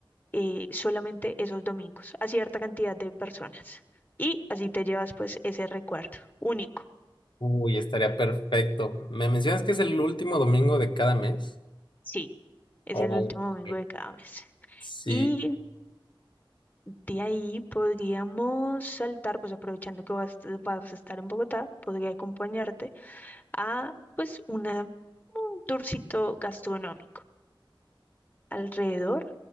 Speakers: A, on the left (about 20°); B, on the left (about 60°).
A: eh, solamente esos domingos a cierta cantidad de personas. Y así te llevas pues ese recuerdo único.
B: Uy, estaría perfecto. ¿Me mencionas que es el último domingo de cada mes?
A: Sí, es
B: Ok.
A: el último domingo de cada mes.
B: Sí.
A: Y De ahí podríamos saltar, pues aprovechando que vas, vas a estar en Bogotá, podría acompañarte a pues una, un tourcito gastronómico alrededor